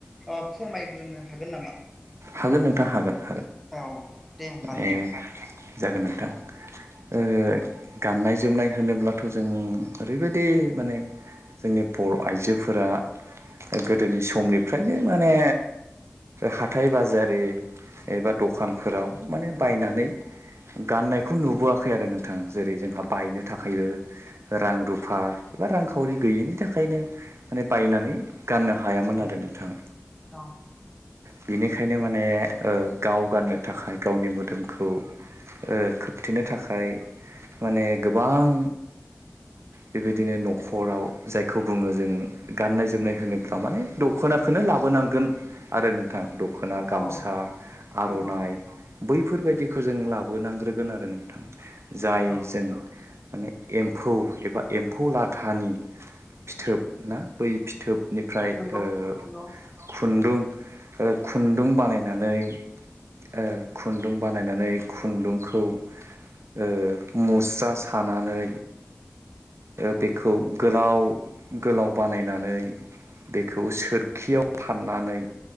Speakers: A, in the centre; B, on the right.
A: ओ फोरमाय रोंनो हागोन नामा।
B: हागोन नोंथां हागोन।
A: औ दे होमबा नोंथां।
B: ऐ जागोन नोंथां। ओ गाननाय जोमनाय होनोब्लाथ' जों ओरैबायदि माने जोंनि बर' आइजोफोरा गोदोनि समनिफ्रायनो माने हाथाय बाजारि एबा दखानफोराव माने बायनानै गाननायखौ नुबोआखै आरो नोंथां जेरै जोंहा बायनो थाखायो रां रुफा एबा रांखावरि गैयिनि थाखायनो माने बायनानै गाननो हायामोन आरो नोंथां।
A: औ।
B: बिनिखायनो माने ओ गाव गाननो थाखाय गावनि मोदोमखौ ओ खोबथेनो थाखाय माने गोबां
A: <inaudible>
B: बेबायदिनो न'खराव जायखौ बुङो जों गाननाय जोमनाय होनोबा माने दख'नाखोनो लाबो नांगोन आरो नोंथां द दख'ना गामसा
A: औ
B: आर'नाइ
A: नंगौ
B: बैफोरबायदिखौ जों लाबोनांग्रोगोन आरो नोंथां। जाय
A: औ
B: जों माने एम्फौ एबा एम्फौ लाथानि फिथोब ना बै फि थोबनिफ्राय
A: नंगौ
B: ओ
A: नंगौ
B: खुन्दुं ओ खुन्दुं बानायनानै ओ खुन्दुं बानायनानै खुन्दुंखौ ओ मुस्रा सानानै ओ बेखौ गोलाव गोलाव बानायनानै बेखौ सोरखियाव फाननानै